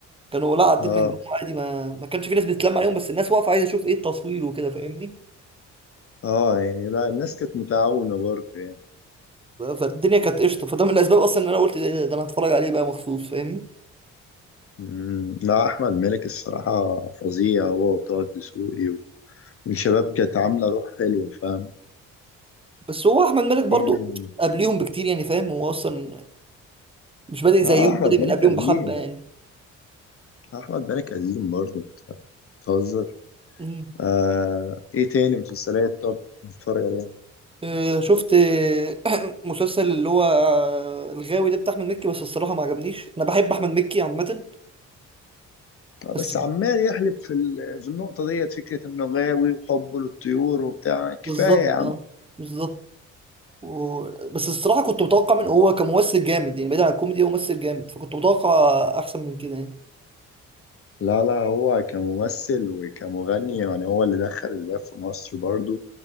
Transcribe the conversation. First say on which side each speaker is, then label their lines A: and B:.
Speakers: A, on the right (about 20°); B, on the left (about 45°).
A: كانوا لا عديت
B: اه
A: من جنبهم عادي ما ما كانش في ناس بتتلم عليهم بس الناس واقفه عايزه تشوف ايه التصوير وكده فاهمني
B: اه يعني لا الناس كانت متعاونة برضه يعني
A: فالدنيا كانت قشطه فده من الاسباب اصلا ان انا قلت ده, ده انا هتفرج عليه بقى مخصوص فاهمني
B: مم. لا أحمد مالك الصراحة فظيع هو وطه الدسوقي و- والشباب كانت عاملة روح حلوة فاهم
A: بس هو احمد مالك برضو
B: مم.
A: قبليهم بكتير يعني فاهم هو اصلا مش بادئ زيهم
B: اه أحمد
A: بادئ
B: مالك
A: من قبليهم
B: قديم
A: بحبه يعني
B: أحمد مالك قديم برضه بتهزر
A: مم.
B: آه ايه تاني مسلسلات طب بتتفرج عليها
A: آه، شفت <coughs> آه، <clears throat> مسلسل اللي هو آه، الغاوي ده بتاع احمد مكي بس الصراحه ما عجبنيش انا بحب احمد مكي عامه
B: آه
A: بس
B: بس عمال يحلب في ال- في النقطة ديت فكرة انه غاوي وحبه للطيور وبتاع كفاية
A: بالظبط
B: يا عم
A: اه بالظبط و... بس الصراحة كنت متوقع من هو كممثل جامد يعني بعيد عن الكوميدي هو ممثل جامد فكنت متوقع أحسن من كده يعني
B: لا لا هو كممثل وكمغني يعني هو اللي دخل الراب في مصر برضو